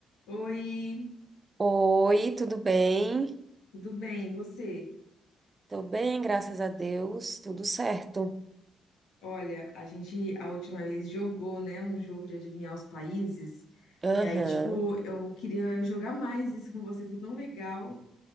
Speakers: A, on the left; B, on the right.
A: Oi,
B: Oi, tudo bem?
A: tudo bem? E você?
B: Tô bem, graças a Deus, tudo certo.
A: Olha, a gente a última vez jogou, né, um jogo de adivinhar os países.
B: Aham.
A: E aí, tipo, eu queria jogar mais isso com você, foi tão legal.